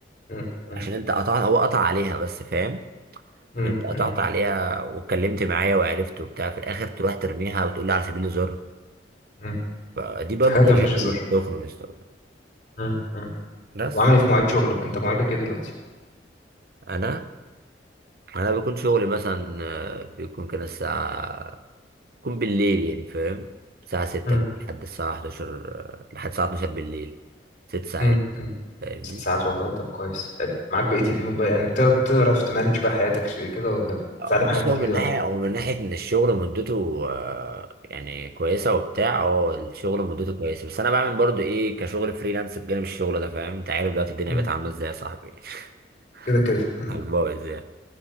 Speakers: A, on the left (about 45°); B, on the right (about 55°).
A: مم. مم.
B: عشان انت قطعت هو قطع عليها بس فاهم
A: مم.
B: طب انت قطعت
A: مم.
B: عليها واتكلمت معايا وعرفت وبتاع في الاخر تروح ترميها وتقول لي على سبيل الهزار
A: مم.
B: فدي برضه
A: في حاجات
B: من الحاجات
A: ما فيهاش هزار
B: اللي بتخنق يا اسطى.
A: مم. مم.
B: بس
A: وعامل ايه في مواعيد شغلك انت مواعيدك ايه دلوقتي
B: انا انا بيكون شغلي مثلا آه، بيكون كده الساعه بيكون بالليل يعني فاهم الساعه 6
A: مم.
B: كده لحد الساعه 11 آه، لحد الساعه 12 بالليل ست ساعات
A: مم. مم.
B: فاهمني
A: ست ساعات والله طب كويس حلو معاك بقية اليوم بقى يعني بتعرف بتعرف تمانج بقى حياتك ش- كده ولا
B: آه،
A: بتتعلم
B: بص
A: حاجة جديدة
B: هو من ناحيه
A: ولا
B: او من ناحيه ان الشغل مدته آه، يعني كويسه وبتاع اه الشغل مدته كويسه بس انا بعمل برضو ايه كشغل فريلانس بجانب الشغل ده فاهم انت عارف دلوقتي الدنيا
A: مم.
B: بقت عامله ازاي يا صاحبي <laughs>
A: كده كده مم.
B: على البايظ يعني